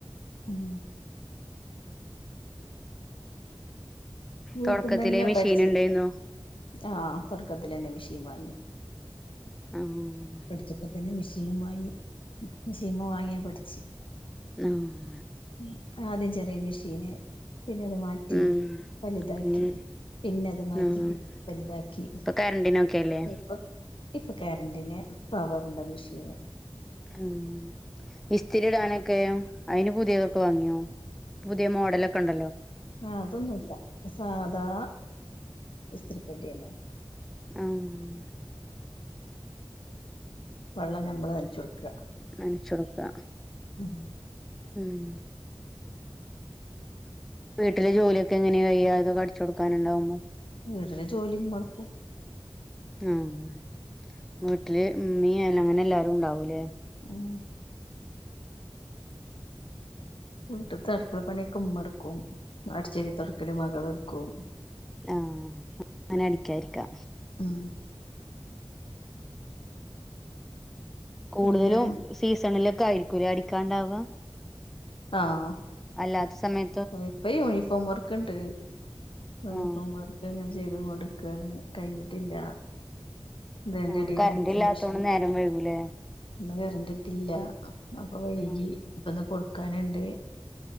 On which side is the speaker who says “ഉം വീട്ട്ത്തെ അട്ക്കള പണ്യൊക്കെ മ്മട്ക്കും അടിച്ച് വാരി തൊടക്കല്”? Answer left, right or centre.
Left